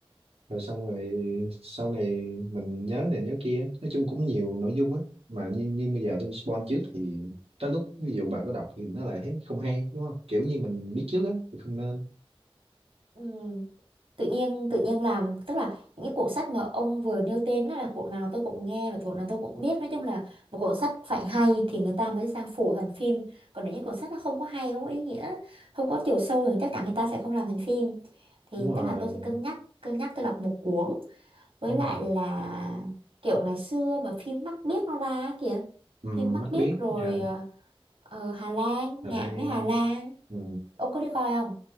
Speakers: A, on the right; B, on the right.
A: rồi xong rồi sau này mình nhớ này nhớ kia nói chung cũng nhiều nội dung á mà như, như bây giờ tôi spoil trước thì tới lúc ví dụ bà có đọc thì nó lại thấy không hay đúng không kiểu như mình biết trước á thì không nên
B: ừ tự nhiên tự nhiên làm tức là những cái cuộn sách mà ông vừa nêu tên đó là cuộn nào tôi cũng nghe và cuộn nào tôi cũng biết nói chung là một cuộn sách phải hay thì người ta mới sang phổ thành phim còn nếu như cuộn sách nó không có hay không có ý nghĩa không có chiều sâu thì chắc chắn người ta sẽ không làm thành phim thì
A: đúng
B: tức
A: rồi
B: là tôi sẽ cân nhắc cân nhắc tôi đọc một cuốn với
A: đúng
B: lại
A: rồi.
B: là kiểu ngày xưa mà phim Mắt Biếc nó ra á kìa
A: Ừ, mắt
B: phim Mắt Biếc
A: biết
B: rồi
A: Hà,
B: ờ, ờ, Hà Lan
A: Hà
B: Ngạn
A: Lan
B: với Hà Lan
A: ừ,
B: ông có đi coi không